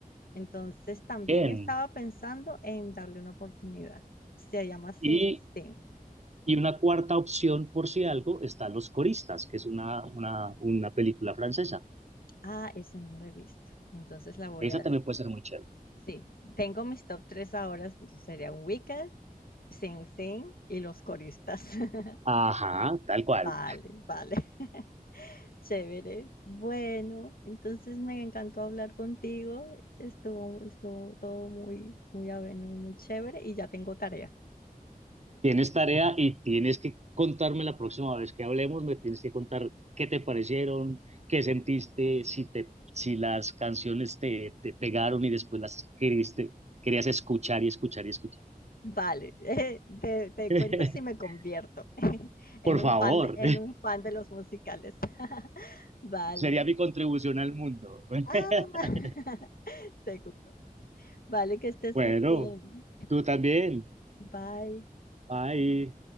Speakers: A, on the left (about 70°); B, on the right (about 45°).
A: Entonces también
B: Bien.
A: estaba pensando en darle una oportunidad. Se llama Sing
B: Y
A: Sing.
B: Y una cuarta opción, por si algo, están Los Coristas, que es una, una, una película francesa.
A: Ah, esa no la he visto. Entonces la voy
B: Esa
A: a,
B: también puede ser muy chévere.
A: Sí, tengo mis top tres ahora, serían Wicked, Sing Sing y Los Coristas. <laughs>
B: Ajá, tal cual.
A: Vale, vale. <laughs> Chévere. Bueno, entonces me encantó hablar contigo. Estuvo, estuvo todo muy, muy ameno, muy chévere y ya tengo tarea.
B: Tienes tarea y tienes que contarme la próxima vez que hablemos, me tienes que contar qué te parecieron, qué sentiste, si, te, si las canciones te, te pegaron y después las queriste, querías escuchar y escuchar y escuchar.
A: Vale, <laughs> te, te
B: <laughs>
A: cuento si me convierto <laughs> en
B: Por
A: un
B: favor,
A: fan de, en un fan de los musicales. <laughs> Vale.
B: <laughs> sería mi contribución al mundo. <laughs>
A: Ah, <laughs> seguro. Vale, que estés
B: bueno,
A: muy bien.
B: tú también.
A: Bye.
B: Bye.